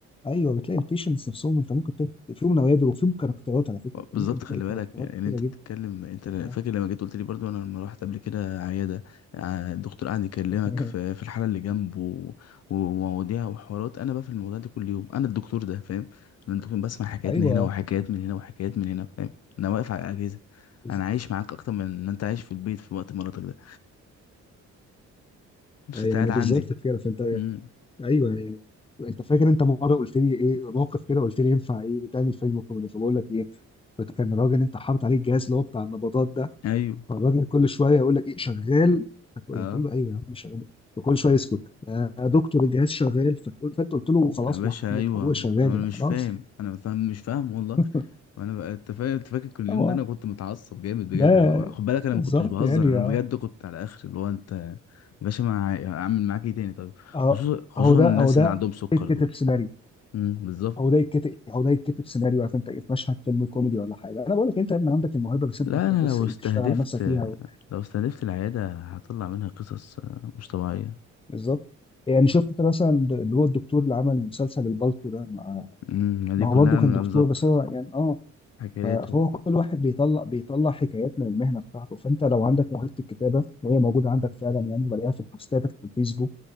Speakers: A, on the left (about 20°); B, on the left (about 55°).
A: ايوه بتلاقي البيشنس نفسهم انت ممكن تلاقي فيهم نوادر وفيهم كاركترات على فكره انت
B: بالظبط
A: ممكن تلاقي
B: خلي
A: كاركترات
B: بالك يعني
A: كتيره
B: إن انت
A: جدا
B: بتتكلم انت فاكر
A: اه
B: لما جيت قلت لي برضو انا لما رحت قبل كده عياده ع- الدكتور قعد يكلمك
A: <laughs>
B: في في الحاله اللي جنبه و- ومواضيع وحوارات انا بقى في الموضوع ده كل يوم انا الدكتور ده فاهم انا الدكتور بسمع حكايات
A: ايوه
B: من هنا وحكايات من هنا وحكايات من هنا فاهم انا واقف على الاجهزه
A: بز-
B: انا عايش معاك اكتر من ان انت عايش في البيت في وقت مراتك ده بس
A: يعني
B: انت قاعد عندي
A: بالظبط كده فانت
B: امم
A: ايوه يعني انت فاكر انت مره قلت لي ايه موقف كده قلت لي ينفع ايه تعمل فيلم كوميدي فبقول لك ايه كان الراجل انت حاطط عليه الجهاز اللي هو بتاع النبضات ده
B: ايوه
A: فالراجل كل شويه يقول لك ايه شغال فتقول
B: اه
A: إيه؟ تقول له ايوه يا عم شغال وكل شويه يسكت يا دكتور الجهاز شغال فتقول فانت قلت له خلاص
B: يا باشا
A: وحدة
B: ايوه
A: ابويا شغال
B: انا
A: يعني
B: مش
A: خلاص
B: فاهم انا فاهم مش فاهم والله
A: <laughs>
B: انا بقى- انت فاهم انت فاكر كل اليوم
A: هو
B: ده انا كنت متعصب جامد بجد
A: ده
B: انا بقى- خد بالك انا
A: بالظبط
B: ما كنتش بهزر
A: يعني
B: انا
A: اه
B: بجد كنت على اخر اللي هو انت يا باشا ما ه- هعمل معاك ايه تاني طيب
A: اهو
B: خصوصا خصوصا
A: اهو ده
B: الناس
A: اهو ده
B: اللي عندهم سكر
A: يتكتب
B: دول
A: سيناريو
B: امم بالظبط
A: اهو ده يتكتب إيه؟ اهو ده يتكتب سيناريو عارف انت ايه في مشهد فيلم كوميدي ولا حاجه انا بقول لك انت يا ابني عندك الموهبه بس
B: لا
A: انت محتاج
B: انا
A: بس
B: لو
A: ايه
B: استهدفت
A: تشتغل على نفسك فيها و-
B: لو استهدفت العياده هطلع منها قصص آه، مش طبيعيه
A: بالظبط يعني شفت انت مثلا اللي هو الدكتور اللي عمل مسلسل البالتو ده ما
B: امم
A: ما
B: دي كلها
A: هو برضه كان
B: من
A: دكتور
B: بالظبط
A: بس هو يعني اه
B: حكايته
A: ف- فهو كل واحد بيطلع بيطلع حكايات من المهنه بتاعته فانت لو عندك موهبه الكتابه وهي موجوده عندك فعلا يعني بلاقيها في البوستات في الفيسبوك